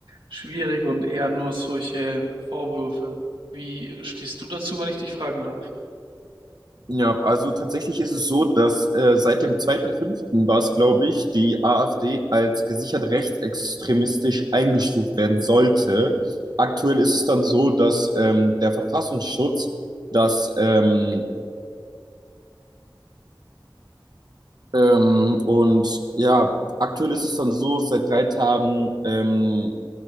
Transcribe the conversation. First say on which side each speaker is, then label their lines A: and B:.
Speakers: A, on the right; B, on the right.
A: schwierig und eher nur solche Vorwürfe? Wie stehst du dazu, wenn ich dich fragen darf?
B: Ja, also tatsächlich ist es so, dass äh, seit dem zweiten fünften war es, glaube ich, die AfD als gesichert rechtsextremistisch eingestuft werden sollte. Aktuell ist es dann so, dass ähm, der Verfassungsschutz das ähm, ähm, und ja, aktuell ist es dann so, seit drei Tagen ähm,